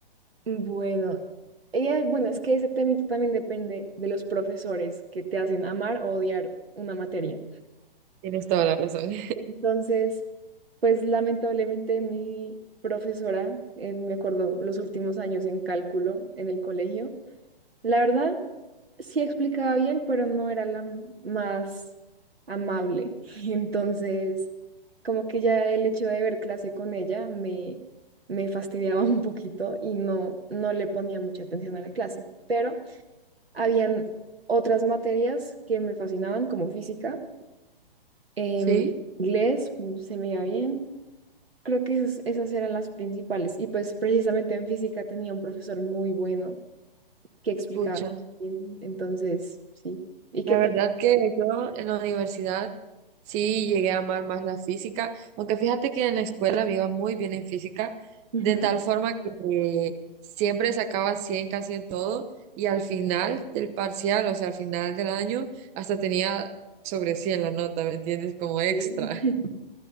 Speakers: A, on the right (about 85°); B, on the right (about 25°).
A: Bueno, ella, bueno, es que ese temito también depende de los profesores que te hacen amar o odiar una materia.
B: Tienes toda la razón.
A: Entonces, pues lamentablemente mi profesora, eh, me acuerdo los últimos años en cálculo en el colegio, la verdad sí explicaba bien, pero no era la m- más amable. <laughs> Entonces, como que ya el hecho de ver clase con ella me, me fastidiaba un poquito y no, no le ponía mucha atención a la clase, pero... Habían otras materias que me fascinaban, como física, em,
B: Sí,
A: inglés, mm, se me iba bien. Creo que esas, esas eran las principales. Y pues precisamente en física tenía un profesor muy bueno que explicaba
B: pucha.
A: bien. Entonces, sí. ¿Y qué
B: La verdad
A: tal?
B: que yo en la universidad sí llegué a amar más la física, aunque fíjate que en la escuela me iba muy bien en física,
A: Ujú.
B: de tal forma que siempre sacaba 100 casi en todo y al final del parcial, o sea, al final del año, hasta tenía sobre 100 la nota, ¿me entiendes? Como extra.
A: Bien. <laughs>